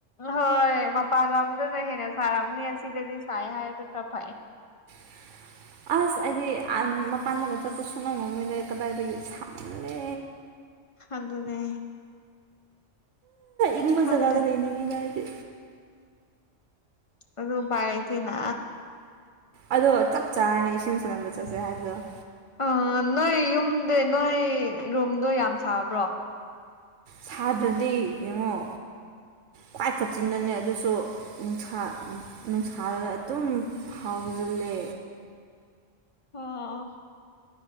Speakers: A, on the left (about 50°); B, on the right (about 75°).
A: ꯍꯣꯏ ꯃꯄꯥꯟ ꯂꯝꯗꯗ ꯍꯦꯟꯅ ꯁꯥꯔꯝꯅꯤ ꯑꯁꯤꯗꯗꯤ ꯁꯥꯏ ꯍꯥꯏꯔꯁꯨ ꯈꯔ ꯐꯩ
B: <inaudible> ꯑꯁ ꯑꯩꯗꯤ ꯃꯄꯥꯟꯗꯒ ꯆꯠꯄ ꯁꯨꯉꯝ ꯃꯣꯏꯗ ꯀꯗꯥꯏꯗꯒꯤ ꯁꯥꯃꯜꯂꯦ
A: ꯑꯗꯨꯅꯦ
B: ꯏꯪꯕ
A: ꯈꯪꯗꯦ
B: ꯖꯒꯥꯗ ꯂꯩꯅꯤꯡꯉꯤꯗ ꯑꯩꯗꯤ
A: ꯑꯗꯨ ꯔꯥꯏꯇꯅ
B: ꯑꯗꯣ ꯆꯞ ꯆꯥꯔꯅꯤ ꯏꯁꯤꯡ ꯁꯛꯅꯕ ꯆꯠꯁꯦ ꯍꯥꯏꯕꯗꯣ
A: ꯑ ꯅꯣꯏ ꯌꯨꯝꯗ ꯅꯣꯏ ꯔꯨꯝꯗꯣ ꯌꯥꯝ ꯁꯥꯕ꯭ꯔꯣ
B: ꯁꯥꯗ꯭ꯔꯗꯤ ꯌꯦꯡꯉꯣ ꯈ꯭ꯋꯥꯏ ꯀꯆꯤꯟꯗꯅꯦ ꯑꯗꯨꯁꯨ ꯅꯨꯡꯁꯥ ꯅꯨꯡꯁꯥꯗ ꯑꯗꯨꯝ ꯐꯥꯎꯖꯜꯂꯦ
A: ꯑꯣ